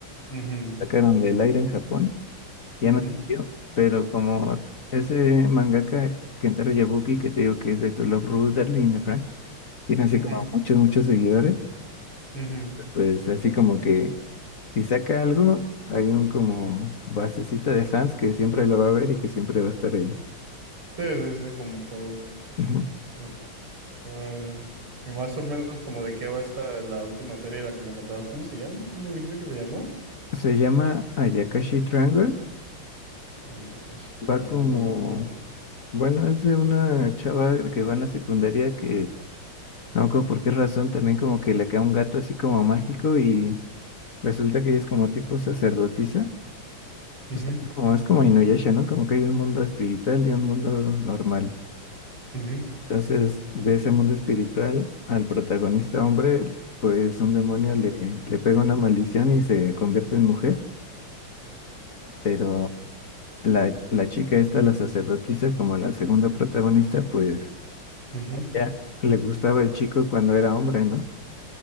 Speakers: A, on the right (about 90°); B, on the left (about 40°).
A: ujú,
B: sacaron del aire en Japón, ya
A: ujú,
B: no siguió. Pero como ese mangaka Kentaro Yabuki, que te digo que es de To Love, Ruth, Darling in the Frank, tiene así
A: ujú,
B: como muchos, muchos seguidores.
A: ujú.
B: pues así como que si saca algo, hay un como basecita de fans que siempre lo va a ver y que siempre va a estar ahí.
A: Sí, sí, sí, como todo.
B: Ujú.
A: Ya, Órale. Y más o menos como de qué va esta la última serie de la que me contabas. ¿Cómo se llama? ¿Cómo dijiste que se llamó?
B: Se llama Ayakashi Triangle.
A: Yakashi Triangle.
B: Va como,
A: Ajá.
B: bueno, es de una chava que va en la secundaria que, no recuerdo por qué razón, también como que le cae un gato así como mágico y resulta que ella es como tipo sacerdotisa.
A: Ujú,
B: O sea, como es como Inuyasha, ¿no? Como que hay un mundo espiritual y un mundo normal.
A: ujú,
B: Entonces, de ese mundo espiritual, al protagonista hombre, pues un demonio
A: ujú,
B: le, le pega una maldición y se convierte en mujer, pero la, la chica esta, la sacerdotisa, como la segunda protagonista, pues
A: ok,
B: ya le gustaba el chico cuando era hombre, ¿no?